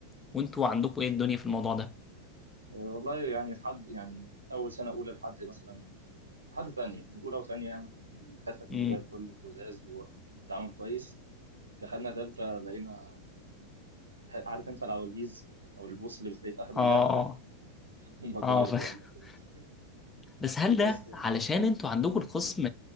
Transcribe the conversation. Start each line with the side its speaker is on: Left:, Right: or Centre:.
Left: وأنتوا عندكم إيه الدنيا في الموضوع ده؟
Right: آه، والله يعني لحد يعني أول سنة أولى لحد مثلا لحد تانية من أولى وتانية يعني الدكاترة كانوا
Left: امم
Right: زي الفل ولزاز والتعامل كويس دخلنا تالتة لقينا عارف أنت العواجيز أو البوس اللي بتلاقيه في آخر اللعبة
Left: اه
Right: ده
Left: اه
Right: <laughs> هم دول
Left: اه
Right: اللي
Left: ف...
Right: بيقابلونا
Left: <laughs>
Right: دلوقتي
Left: بس هل ده
Right: بس
Left: علشان أنتوا عندكم القسم